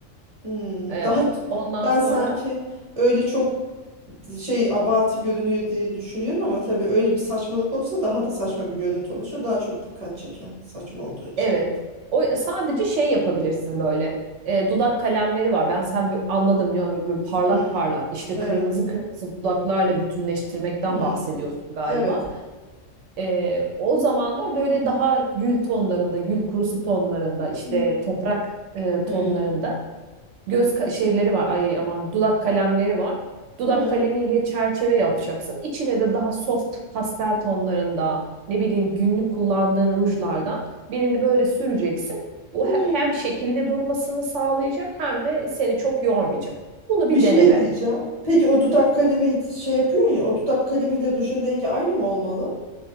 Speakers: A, on the right; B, on the right.
A: Hmm,
B: E,
A: daha t-
B: ondan
A: ben
B: sonra.
A: sanki öyle çok şey abartı görünüyor diye düşünüyorum ama tabii öyle bir saçmalık olursa daha da saçma bir görüntü oluşur. Daha çok dikkat çeker saçma olduğu için.
B: Evet.
A: de.
B: O sadece şey yapabilirsin böyle. E, dudak kalemleri var. Ben sen bir- anladım diyorum böyle, böyle parlak
A: Hmm,
B: parlak işte
A: evet.
B: kırmızı kırmızı dudaklarla bütünleştirmekten
A: Hmm,
B: bahsediyorsun galiba.
A: evet.
B: E, o zaman da böyle daha gül tonlarında, gül kurusu tonlarında, işte
A: Hmm.
B: toprak e,
A: Hmm.
B: tonlarında göz ka- şeyleri var. Ay aman dudak kalemleri var. Dudak
A: Hmm.
B: kalemiyle çerçeve yapacaksın. İçine de daha soft pastel tonlarında ne bileyim günlük kullandığın rujlardan birini böyle süreceksin. Bu
A: Hmm.
B: he- hem şekilde durmasını sağlayacak hem de seni çok yormayacak. Bunu bir
A: Bir şey
B: dene bence.
A: diyeceğim. Peki o dudak kalemi şey yapıyorsun ya o dudak kalemiyle rujun rengi aynı mı olmalı?